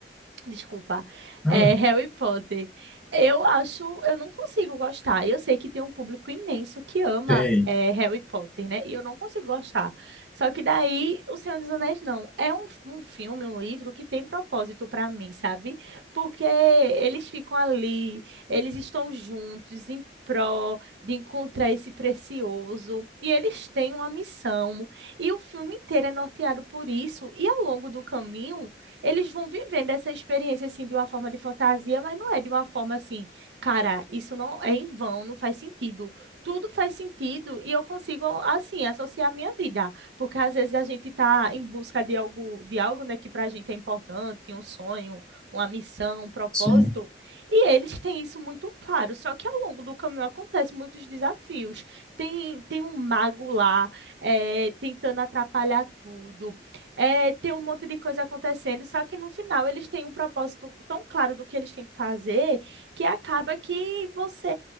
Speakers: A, on the right; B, in the centre.
A: Desculpa.
B: ah,
A: É, Harry Potter. Eu acho, eu não consigo gostar. Eu sei que tem um público imenso que ama
B: tem,
A: é, Harry Potter, né? E eu não consigo gostar. Só que daí, O Senhor dos Anéis não. É um, um filme, um livro que tem propósito para mim, sabe? Porque eles ficam ali, eles estão juntos em prol de encontrar esse precioso. E eles têm uma missão. E o filme inteiro é norteado por isso. E ao longo do caminho eles vão vivendo essa experiência assim de uma forma de fantasia, mas não é de uma forma assim, cara, isso não é em vão, não faz sentido. Tudo faz sentido e eu consigo assim associar a minha vida, porque às vezes a gente está em busca de algo, de algo, né, que para a gente é importante, um sonho, uma missão, um propósito,
B: sim.
A: e eles têm isso muito claro. Só que ao longo do caminho acontecem muitos desafios. Tem tem um mago lá, eh, tentando atrapalhar tudo é, tem um monte de coisa acontecendo, só que no final eles têm um propósito tão claro do que eles têm que fazer que acaba que você